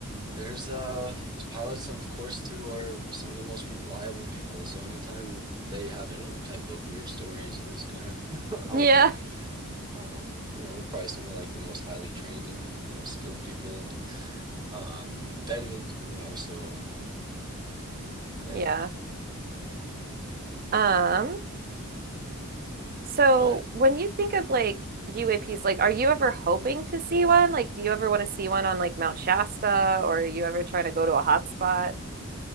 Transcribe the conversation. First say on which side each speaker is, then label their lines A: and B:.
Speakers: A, on the right; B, on the right.
A: there's uh there's pilots of course too are some of the most reliable people so anytime they have any type of weird stories it is kind of <laughs> alarming
B: Yeah.
A: um you know they're probably some of like the most highly trained and you know skilled people and uh vetted you know so yeah
B: Yeah. Um, So
A: but
B: when you think of like UAPs, like are you ever hoping to see one? Like do you ever want to see one on like Mount Shasta or are you ever trying to go to a hot spot?